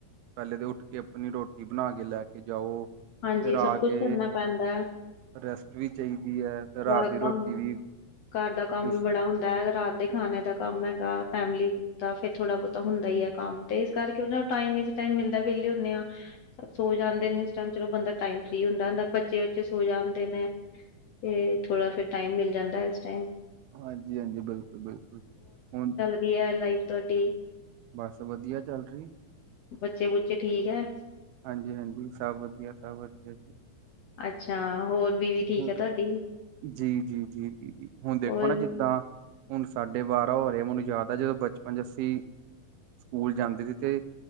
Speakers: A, on the right; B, on the left.
A: ਪਹਿਲੇ ਤੇ ਉੱਠਕੇ ਆਪਣੀ ਰੋਟੀ ਬਣਾ ਕੇ ਲੈ ਕੇ ਜਾਓ।
B: ਹਾਂਜੀ
A: ਫਿਰ ਆ
B: ਸੱਭ ਕੁਛ
A: ਕੇ
B: ਕਰਨਾ ਪੈਂਦੈ।
A: ਰੈਸਟ ਵੀ ਚਾਹੀਦੀ ਐ, ਫੇਰ ਰਾਤ
B: ਕੰਮ
A: ਦੀ ਰੋਟੀ ਵੀ।
B: ਘਰ ਦਾ ਕੰਮ
A: ਉਸ-
B: ਵੀ ਬੜਾ ਹੁੰਦੈ ਰਾਤ ਦੇ ਖਾਣੇ ਦਾ ਕੰਮ ਹੈਗਾ ਫੈਮਲੀ ਦਾ ਫੇ਼ਰ ਥੋੜਾ ਬਹੁਤਾ ਹੁੰਦਾ ਈ ਐ ਕੰਮ ਤੇ ਇਸ ਕਰਕੇ ਉਹ ਨੂੰ ਟਾਈਮ ਵਿੱਚ ਟਾਈਮ ਮਿਲਦਾ ਵਿਹਲੇ ਹੁੰਨੇ ਆ ਸ ਸੋ ਜਾਂਦੇ ਨੇ ਇਸ ਟੈਮ ਚਲੋ ਬੰਦਾ ਟਾਈਮ ਫ਼ਰੀ ਹੁੰਦਾ ਦਾ ਬੱਚੇ ਉੱਚੇ ਸੋ ਜਾਂਦੇ ਨੇ ਤੇ ਥੋੜਾ ਫੇ਼ਰ ਟਾਈਮ ਮਿਲ ਜਾਂਦਾ, ਇਸ ਟਾਈਮ।
A: ਹਾਂਜੀ-ਹਾਂਜੀ, ਬਿਲਕੁਲ-ਬਿਲਕੁਲ ਹੁਣ
B: ਏ ਐ ਲਾਈਫ ਤੁਹਾਡੀ।
A: ਬਸ ਵਧੀਆ ਚੱਲ ਰਹੀ।
B: ਬੱਚੇ-ਬੁੱਚੇ ਠੀਕ ਐ?
A: ਹਾਂਜੀ-ਹਾਂਜੀ, ਸਭ ਵਧੀਆ-ਸਭ ਵਧੀਆ ਜੀ।
B: ਅੱਛਾ। ਹੋਰ ਬੀਵੀ ਠੀਕ
A: ਹੂੰ,
B: ਹੈ ਤੁਹਾਡੀ
A: ਜੀ, ਜੀ, ਜੀ, ਜੀ, ਜੀ ਹੁਣ ਦੇਖੋ
B: ਹੋਰ
A: ਨਾ ਜਿੱਦਾਂ? ਹੁਣ ਸਾਡੇ ਬਾਰਾਂ ਹੋ ਰਹੇ, ਮੈਨੂੰ ਯਾਦ ਆ, ਜਦੋਂ ਬਚਪਨ 'ਚ ਅਸੀਂ ਸਕੂਲ ਜਾਂਦੇ ਸੀ, ਤੇ